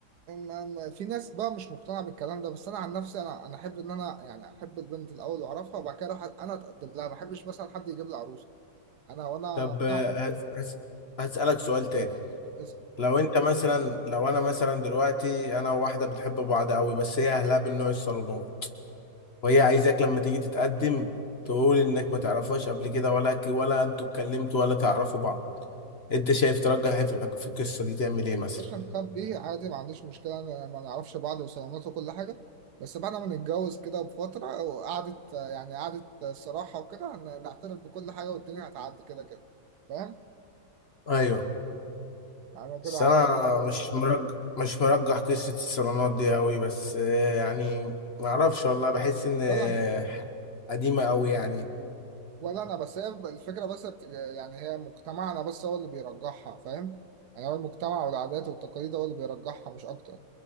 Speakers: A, on the right; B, on the left.
A: ما- ما- في ناس بقى مش مقتنعه بالكلام ده بس انا عن نفسي انا انا احب ان انا يعني احب البنت الاول واعرفها وبعد كده اروح انا اتقدم لها ما احبش مثلا حد يجيب لي عروسه انا وانا
B: طب آه،
A: أعرف-
B: هس... هس- هسألك سؤال تاني
A: اسال
B: لو انت مثلا لو انا مثلا دلوقتي انا وواحده بتحب بعض قوي بس هي اهلها من نوع الصالونات وهي عايزاك لما تيجي تتقدم تقول انك ما تعرفهاش قبل كده ولا ك- ولا انتوا اتكلمتوا ولا تعرفوا بعض انت شايف ترجح ايه في الحك- في القصه دي تعمل ايه مثلا
A: مش نخبي عادي ما عنديش مشكله أنا ما نعرفش بعض وصالونات وكل حاجه بس بعد ما نتجوز كده بفتره وقعدت يعني قعدت الصراحه وكده نعترف بكل حاجه والدنيا هتعدي كده كده فاهم
B: ايوه
A: انا
B: بس
A: كده عب-
B: انا مش مرجح مش مرجح قصه الصالونات دي قوي بس آه، يعني ما اعرفش والله بحس ان آه،
A: ولا انا
B: قديمه قوي يعني
A: ولا انا بس هي الفكره بس بت... يعني هي مجتمعنا بس هو اللي بيرجحها فاهم يعني هو المجتمع والعادات والتقاليد هو اللي بيرجحها مش اكتر